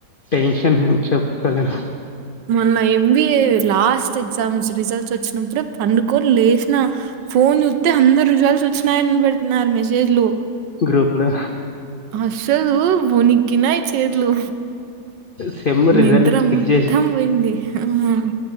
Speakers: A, on the left; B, on the right.
A: టెన్షన్ చెప్పుకోలే
B: మొన్న ఎంబీఏ లాస్ట్ ఎగ్జామ్స్ రిజల్ట్స్ వచ్చినప్పుడే పండుకోని లేస్ నా ఫోన్ చుతే అందరు రిజల్ట్స్ వచ్చినాయని పెడుతున్నారు మెసేజ్లు
A: గ్రూప్ లో
B: అసలు వణికినాయి చేతులు
A: సెమ్ రిజల్ట్
B: నిద్ర
A: చెక్
B: మొత్తం
A: జేసి
B: పోయింది ఉమ్